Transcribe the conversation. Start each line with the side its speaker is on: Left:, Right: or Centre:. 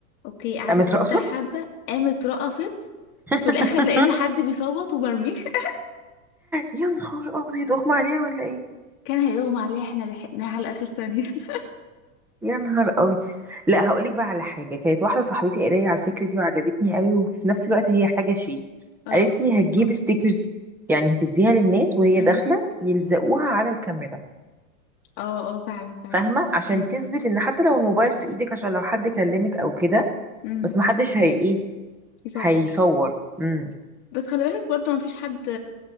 Left: اوكي قعدت
Centre: قامت
Left: ترتاح
Centre: رقصت
Left: حبة قامت رقصت في
Centre: <laughs>
Left: الاخر لقينا حد بيصوت وبرميه <laughs>
Centre: يا نهار ابيض اغمى عليها ولا ايه
Left: كان هيغمى عليها احنا لحقناها على اخر ثانية <laughs>
Centre: يا نهار ابيض لا هقول لك بقى على حاجه كانت واحده صاحبتي قالت لي على الفكره دي وعجبتني قوي وفي نفس الوقت هي حاجه شيك
Left: اه
Centre: قالت لي هتجيب ستيكرز يعني هتديها للناس وهي
Left: امم
Centre: داخله يلزقوها على الكاميرا
Left: اه اه فعلا فعلا
Centre: فاهمه عشان
Left: امم
Centre: تثبت ان حتى لو الموبايل في ايدك عشان لو حد كلمك او كده
Left: امم
Centre: بس محدش هي ايه
Left: يصور
Centre: هيصور امم
Left: بس خلي بالك برضه ما فيش حد